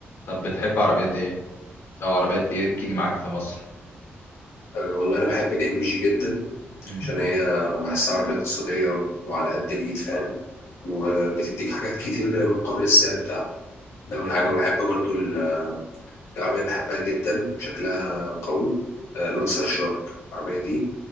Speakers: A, on the left; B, on the left.
A: طب بتحب عربيات ايه او عربيات ايه بتيجي معاك في مصر
B: أه والله أنا بحب الإم جي جدا
A: مم.
B: عشان هي بحسها عربية اقتصادية و- وعلى قد الإيد فاهم وبتديك حاجات كتير مقابل السعر بتاعها ده أول حاجة
A: مم.
B: وبحب برضو ال- في عربية بحبها جدا شكلها قوي آه، لانسر شارك العربية دي